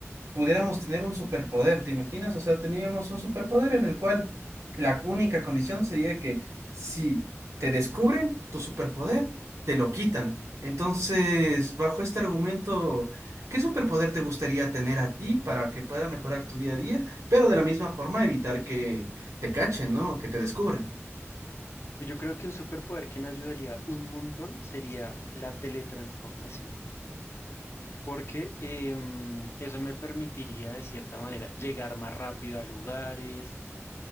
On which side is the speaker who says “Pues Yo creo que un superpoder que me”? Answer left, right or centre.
Left